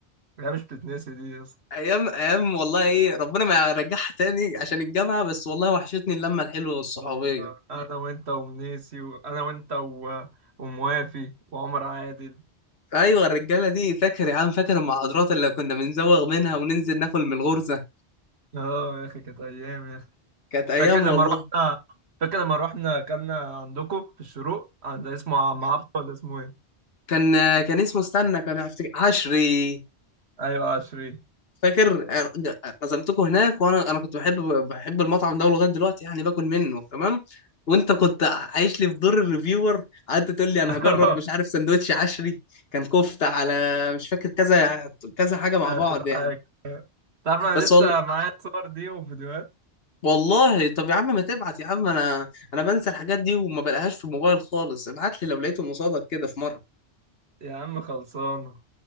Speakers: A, on the right; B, on the left.
A: ايام مش بتتنسي دي يا اسطى
B: ايام ايام والله ايه ربنا ما يرجعها تاني عشان الجامعة بس والله وحشتني اللمة الحلوة والصحوبية
A: اه والله انا وانت ومنيسي وانا وانت و... وموافي وعمر عادل
B: ايوه الرجالة دي فاكر يا عم فاكر المحاضرات اللي كنا بنزوغ منها وننزل ناكل من الغرزة
A: اه يا اخي كانت ايام يا اخي
B: كانت ايام
A: فاكر لما
B: والله
A: رحنا فاكر لما رحنا كنا عندكم في الشروق عند اسمه عم عبد ولا اسمه ايه
B: فكان كان اسمه استنى كان أفتكر- عشري
A: ايوه عشري
B: فاكر عزمتكم هناك وانا انا كنت بحب بحب المطعم ده لغايه دلوقتي يعني باكل منه تمام وانت كنت عايش لي في دور الريفيور قعدت تقول لي
A: <laughs>
B: انا هجرب مش عارف سندوتش عشري كان كفته على مش فاكر كذا كذا حاجه مع
A: انا
B: بعض
A: كنت
B: يعني
A: حاجة تعرف انا
B: بس
A: لسه
B: والله
A: معايا الصور دي وفيديوهات
B: والله طب يا عم ما تبعت يا عم انا انا بنسى الحاجات دي وما بلاقيهاش في الموبايل خالص ابعت لي لو لقيته مصادك كده في مره
A: يا عم خلصانه